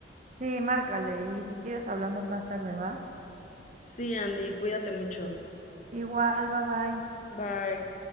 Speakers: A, on the right (about 40°); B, on the left (about 40°).
A: Sí, márcale y si quieres hablamos más tarde, ¿va?
B: Sí, Andy, cuídate mucho.
A: Igual, bye bye.
B: Bye.